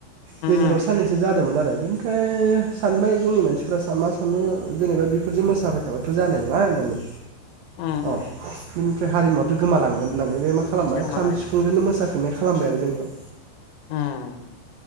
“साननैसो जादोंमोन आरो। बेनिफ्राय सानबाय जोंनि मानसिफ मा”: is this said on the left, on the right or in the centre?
Right